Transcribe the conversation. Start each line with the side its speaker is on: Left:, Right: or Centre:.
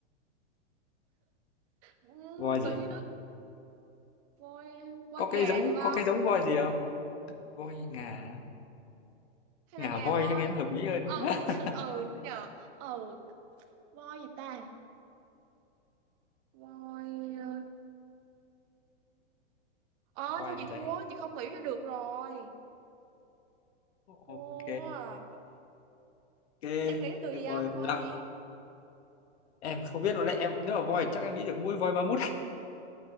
Right: Ừ,
Left: Voi gì?
Right: tự nhiên nó voi voi
Left: Có
Right: nghè
Left: cái giống
Right: được không
Left: có cái giống voi gì không? Voi ngà
Right: hay
Left: ngà
Right: là nghè
Left: voi
Right: voi
Left: cho nghe nó hợp lý hơn
Right: ờ
Left: <laughs>
Right: <laughs> ờ nhờ ờ voi gì ta voi ờ ờ,
Left: voi
Right: thôi chị
Left: gì
Right: thua
Left: đây
Right: chị không nghĩ ra được rồi
Left: ok
Right: thua à.
Left: <laughs> ok
Right: em nghĩ từ gì
Left: được rồi
Right: không voi
Left: làm
Right: gì
Left: em không biết luôn đấy em nếu mà voi thì chắc em nghĩ được mỗi voi ma mút